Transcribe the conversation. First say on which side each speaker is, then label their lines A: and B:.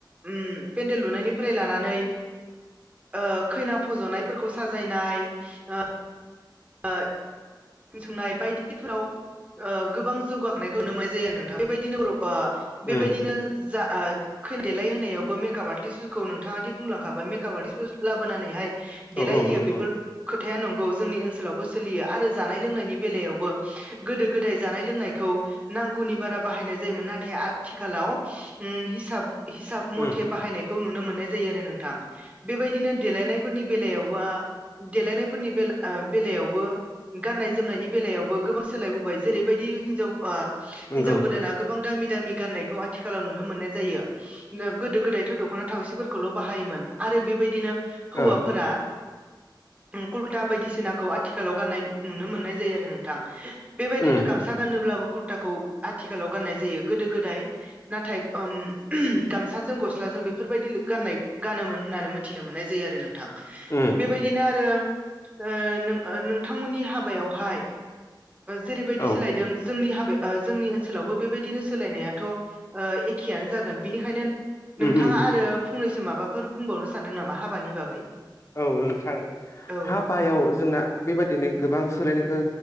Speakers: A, on the right (about 20°); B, on the left (about 40°).
A: उम पेन्डेल लुनायनिफ्राय लानानै ओ खैना फज'नायफोरखौ साजायनाय ओ ओ सोंनाय बायदिफोराव ओ गोबां जौगाखांनायखौ नुनो मोननाय जायो आरो नोंथां बेबायदिनो बर' ओ बेबायदिनो
B: उम
A: जा ओ खैना देलाय होनायावबो मेकाप आर्टिस्टफोरखौ नोंथाङा दि बुंलांखाबाय मेकआप आर्टिस्टफोर लाबोनानैहाय देलायहैयो
B: औ औ नंगौ
A: बेफोर खोथाया नंगौ जोंनि ओनसोलावबो सोलियो आरो जानाय लोंनायनि बेलायाव बो गोदो गोदाय जानाय लोंनाय खौ नांगौनि बारा बाहायनाय जायोमोन नाथाय आथिखालाव उम हिसाब हिसाब मथे
B: उम
A: बाहायनायखौ नुनो मोननाय जायो आरो नोंथां। बेबायदिनो देलायनायफोरनि बेलायावबा देलायनायफोरनि बेल उम बेलायावबो गान्नाय जोमनायनि बेलायावबो गोबां सोलायबोबाय जेरैबायदि हिनजाव ओ
B: नंगौ
A: हिनजाव गोदाना गोबां दामि दामि गाननायखौ आथिखालाव नुनो मोननाय जायो गोदो गोदायथ' दख'ना थावसिफोर आरो बेबायदिनो हौवाफोरा
B: औ
A: कुर्टा आथिखालाव गानाय नुनो मोननाय जायो आरो नोंथां बेबायदिनो
B: उम
A: गामसा गानोब्लाबो कुर्टाखौ आथिखाल लाव गाननाय जायो यो गोदो गोदाय नाथाय ओम गामसाजों गस्लाजों बेफोरबायदिल' गाननाय गानो। मोन होननानै मोनथिनो मोननाय जायो आरो नोंथां। बेबायदिनो
B: उम
A: आरो ओ नों नोंथांमोननि हाबायावहाय जेरैबायदि
B: औ
A: सोलायदों जोंनि हाबाया ओ जोंनि ओनसोलावबो बेबायदिनो सोलायनायाथ' ओ एखेयानो जागोन बिनिखायनो
B: उम
A: नोंथाङा
B: उम
A: आरो फंनैसो माबाफोर बुंबावनो सानदों नामा हाबानि बागै
B: औ नोंथां
A: औ
B: हाबायाव जोंना बेबायदिनो गोबां सोलायनायखौ